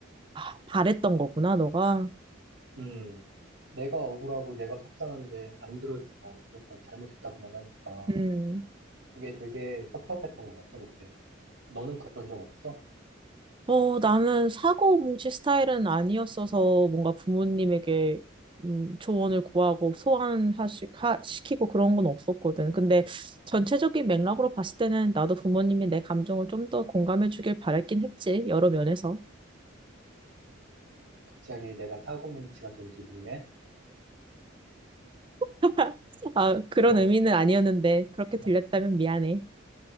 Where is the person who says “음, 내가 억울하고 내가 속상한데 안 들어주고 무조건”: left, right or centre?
Right